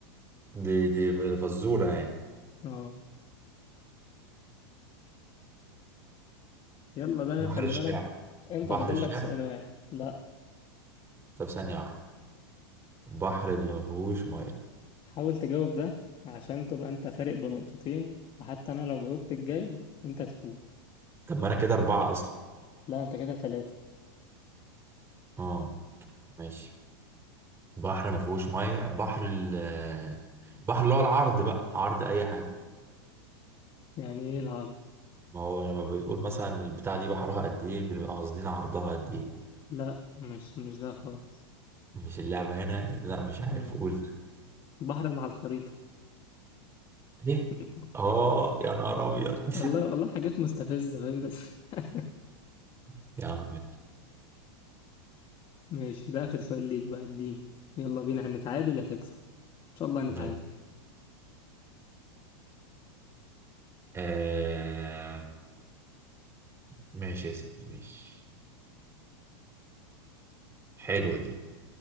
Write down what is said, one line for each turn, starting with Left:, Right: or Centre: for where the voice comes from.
Right: دي دي فزوره يعني
Left: اه يلا ده
Right: بحر
Left: خلي
Right: الشعر
Left: بالك انت
Right: بحر
Left: فاضل
Right: الشعر
Left: لك سؤال واحد لا
Right: طب ثانيه واحده بحر اللي ما فيهوش ميه
Left: حاول تجاوب ده عشان تبقى انت فارق بنقطتين فحتى انا لو جاوبت الجاي انت تفوز
Right: طب ما انا كده اربعة اصلا
Left: لا انت كده ثلاثة
Right: اه ماشي بحر ما فيهوش ميه بحر ال البحر اللي هو العرض بقى عرض اي حاجة
Left: يعني ايه العرض
Right: ما هو لما بتقول مثلا البتاع دي بحرها قد ايه بنبقى قاصدين عرضها قد ايه
Left: لا مش مش ده خالص
Right: مش اللعبة هنا يعني لا مش عارف
Left: اه
Right: قول
Left: البحر اللي على الخريطة
Right: ايه
Left: <laughs>
Right: اه يا نهار ابيض
Left: والله والله حاجات مستفزة فاهم بس <laughs>
Right: <laughs> يا عم ماشي
Left: ماشي ده اخر سؤال ليك بقى اديني يلا بينا هنتعادل يا تكسب ان شاء الله هنتعادل
Right: ماشي آه ماشي يا سيدي ماشي حلوة دي